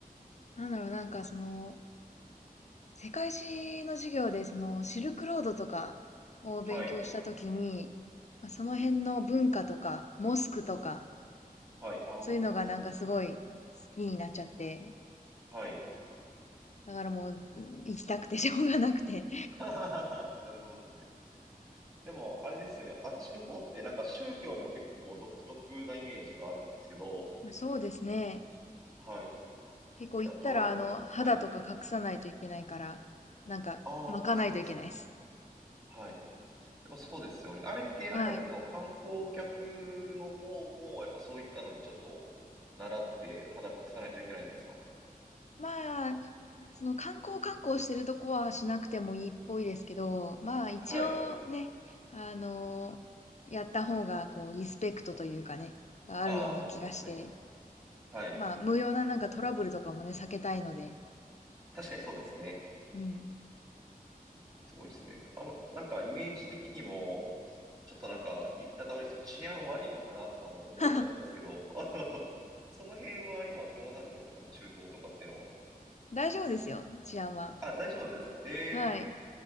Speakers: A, on the left; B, on the right.
A: なんだろう、なんかその、世界史の授業でそのシルクロードとかを勉強したときに、
B: はい。
A: ま、その辺の文化とか、モスクとか
B: はい。ああ、
A: そういうのがなんかすごい好
B: モスク。
A: きになっちゃって、
B: はい。
A: だからもううん行きたくて <laughs> しょうがなくて。
B: <laughs> なるほどですね。でも、あれですよね。あっちの方ってなんか宗教も結構独特なイメージがあるんですけど、
A: まあ、そうですね。
B: はい。
A: 結構行ったらあの肌とか隠さないといけないから、
B: で、あとはな、はい。
A: なんか巻かないといけないです。
B: ああ、やっぱそうなんですね。はい。やっぱそうですよね。あれってあれなんですかその観光客の方も、
A: はい。
B: やっぱそういったのにちょっと習って肌隠さないといけないんですか
A: まあ、その観光観光してるとこはしなくてもいいっぽいですけど、まあ一応ね、
B: はい。
A: あのやった方がこうリスペクトというかね、あるような気がして、
B: ああ、なるほどですね。はい。
A: まあ無用ななんかトラブルとかもね、避けたいので、
B: 確かにそうですね。
A: うん。
B: すごいですね。あの、なんかイメージ的にも、ちょっとなんか言い方悪いですけど、治安悪いのかなとかも思っちゃうんですけど、
A: <laughs>
B: <laughs> あのその辺は今どうなんですかその中東とかっていうのは。
A: 大丈夫ですよ、治安は。
B: あ、大丈夫なんですかへえ、
A: はい。